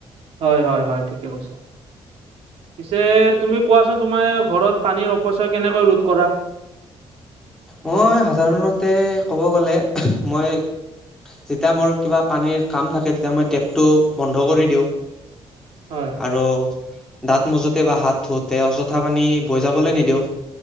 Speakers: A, on the right; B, in the centre.
A: হয় হয় হয় ঠিকে কৈছে- পিছে তুমি কোৱাচোন তোমাৰ ঘৰত পানীৰ অপচয় কেনেকৈ ৰোধ কৰা- <inaudible>
B: মই সাধাৰণতে ক'ব গলে মই- যেতিয়া মোৰ কিবা পানীৰ কাম থাকে তেতিয়া মই টেপটো বন্ধ কৰি দিওঁ-
A: হয়,
B: আৰু- দাঁত মজোতে বা হাত ধুতে অযথা পানী বৈ যাবলৈ নিদিওঁ-